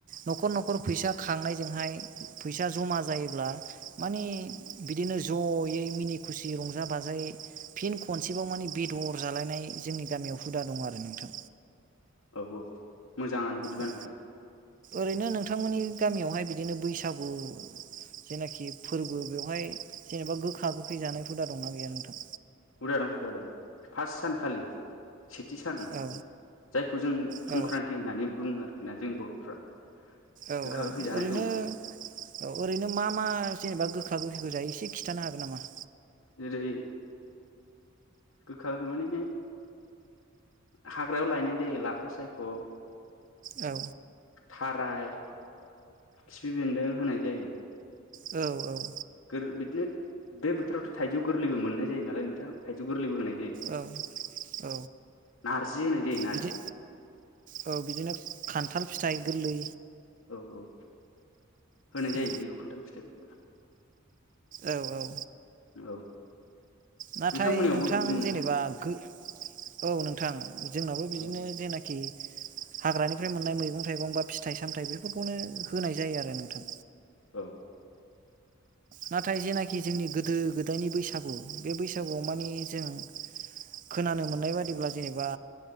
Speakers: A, on the right; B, on the left.
A: न'खर न'खर फैसा खांनायजोंहाय फैसा जमा जायोब्ला मानि बिदिनो जयै मिनि खुसि रंजा बाजायै फिन खनसेबाव माने बेदर जालायनाय जोंनि ग गामियाव हुदा दं आरो नोंथां
B: <unintelligible> औ औ मोजाङानो बिदिबा
A: औ
B: नोंथां
A: ओरैनो नोंथांमोननि गामियावहाय बिदिनो बैसागु जेनाखि फोरबो बेवहाय जेनेबा गोखा गोखै जानाय हुदा दंना गैया नोंथां?
B: हुजा दं हुदा दं फास सानखालि सेथि सानलि
A: औ
B: जायखौ जों
A: औ
B: संक्रान्ति होननानै बुङो आरोखि ना जों बर'फ्रा
A: औ
B: गोखा
A: औ
B: गोखै जानाय
A: ओरैनो
B: दं
A: औ ओरैनो मा मा जेनेबा गोख बिाग गोसैखौ जायो एसे खिन्थानो हागोन नामा?
B: जेरै गोखा गोखै माने हाग्रायाव लायनाय जायो लाफा सायखौ
A: औ
B: थाराय खिफि बेन्दों होनाय जायो
A: औ औ
B: गोर बिदिनो बे बोथोरावथ' थाइजौ गोरलैबो मोननाय जायो नालाय नोंथाङा थाइजौ गोरलैबो होनाय जायो
A: औ औ
B: नार्जि होनाय जायो नारजि
A: बिदि औ बिदिनो खान्थाल फिथाइ गोरलै
B: औ औ होनाय जायो
A: औ
B: बिदिखौ खन्थाल फिथाइफोर
A: औ औ
B: औ
A: नाथाय
B: नोंथांमोननियावबो
A: नोंथां
B: बिदिनो
A: जेनेबा
B: ना
A: औ नोंथां जोंनाबो बिदिनो
B: औ
A: जेनाखि हाग्रानिफ्राय मोननाय मैगं थाइगं बा फिथाइ सामथायाइ बेफोरखौनो होनाय जायो आरो नोंथां
B: औ
A: नाथाय जेनाखि जोंनि गोदो गोदायनि बैसागु बे बैसागुआव माने जों खोनानो मोननाय बादिब्ला जेनेबा